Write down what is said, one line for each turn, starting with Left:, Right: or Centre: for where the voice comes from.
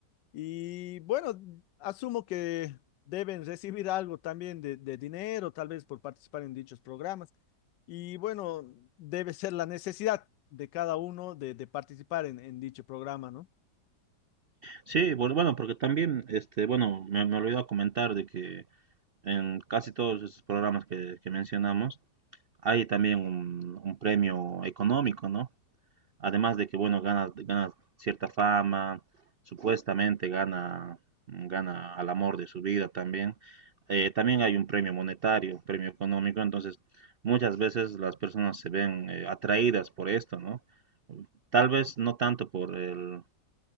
Left: Y bueno, asumo que deben recibir algo también de, de dinero, tal vez por participar en dichos programas. Y bueno, debe ser la necesidad de cada uno de, de participar en, en dicho programa, ¿no?
Right: Sí, pues, bueno, porque también, este, bueno, me, me olvidó comentar de que en casi todos esos programas que, que mencionamos, hay también un, un premio económico, ¿no? Además de que, bueno, gana, gana cierta fama, supuestamente gana, gana al amor de su vida también. Eh, también hay un premio monetario, un premio económico, entonces muchas veces las personas se ven eh, atraídas por esto, ¿no? Tal vez no tanto por el,